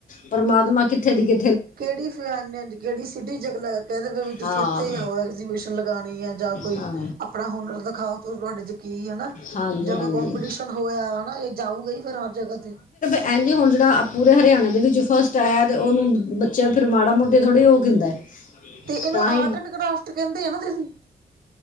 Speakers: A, on the left; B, on the right.
A: ਪਰਮਾਤਮਾ ਕਿੱਥੇ ਦੀ ਕਿ
B: ਕਿਹੜੀ ਫ ਕਿਹੜੀ ਸਿਟੀ ਜਗਹਿ ਦੇ ਵੀ ਤੁਸੀਂ
A: ਹਾਂ
B: ਇੱਥੇ ਆਓ ਐਿ ਲਗਾਣੀ ਹੈ ਜਾਂ ਕੋਈ
A: ਹਾਂ
B: ਆਪਣਾ ਹੁਨਰ ਦਿਖਾਓ ਤੁਹਾਡੇ ਚ ਕੀੀ ਹੈਾ
A: ਹਾਂਜੀ
B: ਜਾਂ
A: ਹਾਂਜੀ
B: ਕੋਈ ਕੋਂਪੀਟੀਸ਼ਨ ਹੋਇਆ ਹਨਾ ਇਹ ਜਾਊਗੀ ਫੇਿਰ ਹਰ ਜਗ੍ਹਾ ਤੇ
A: ਇਂ ਜੀ ਹੁਣ ਜਿਹੜਾ ਪੂਰੇ ਹਰਿਆਣੇ ਦੇ ਵਿੱਚ ਫਸਟ ਆਇਆ ਤੇ ਉਹਨੂੰ ਬੱਚੇ ਨੂੰ ਫਿਰ ਮਾੜਾ ਮੋਟੇ ਥੋੜ੍ਹੀ ਉਹ ਕਹਿੰਦਾ।
B: ਤੇ ਇਹਨੂੰ
A: ਤਾਂ ਹੀ
B: ਆਰਟ ਐਂਡ ਕਰਾਫਟ ਕਹਿੰਦੇ ਆ ਨਾ ਦੀਦੀ।